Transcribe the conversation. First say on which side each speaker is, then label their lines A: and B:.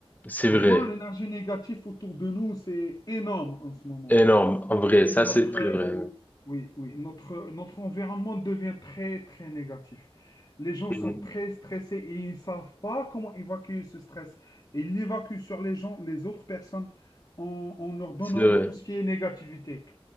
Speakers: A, on the left; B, on the left.
A: c'est
B: Franchement,
A: vrai.
B: l'énergie négative autour de nous, c'est énorme en ce moment.
A: Énorme, en vrai, ça
B: Notre,
A: c'est très
B: euh,
A: vrai.
B: oui, oui, oui, notre, notre environnement devient très, très négatif. Les gens
A: oui.
B: sont
A: Mhm.
B: très stressés et ils ne savent pas comment évacuer ce stress. Et ils l'évacuent sur les gens, les autres personnes, en, en leur donnant
A: C'est vrai,
B: tout ce qui est négativité.